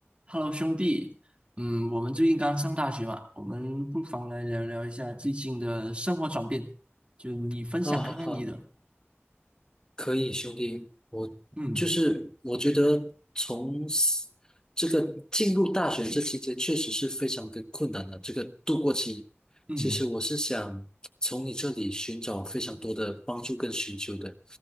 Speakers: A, on the right; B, on the left.
A: Hello，兄弟，嗯，我们最近刚上大学嘛，我们不妨来聊聊一下最近的生活转变，就你分享看看你的，
B: 啊，好好，可以，兄弟，我就是我觉得从
A: 嗯
B: s- 这个进入大学这期间确实是非常的困难的，这个度过期，
A: 嗯，
B: 其实我是想从你这里寻找非常多的帮助跟寻求的。